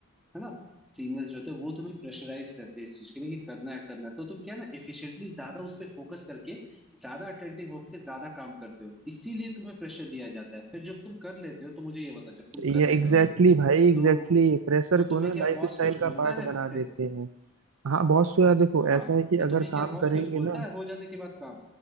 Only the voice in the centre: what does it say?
है ना सीनियर्स जो होते हैं वो तुम्हें प्रेशराइज करते हैं इस चीज के लिए कि करना है करना है। तो तुम क्या है ना एफिशिएंटली ज्यादा उस पर फोकस करके ज्यादा अटेंटिव होकर ज्यादा काम करते हो इसीलिए तुम्हें प्रेशर दिया जाता है फिर जब तुम कर लेते हो तो मुझे ये बताओ जब तुम
कर
लेते हो ऐसे
तो
तो
तुम्हें
क्या
बॉस
कुछ
बोलता
है
फिर
हाँ
तो तुम्हें
क्या
बॉस
कुछ बोलता
है हो जाने के बाद काम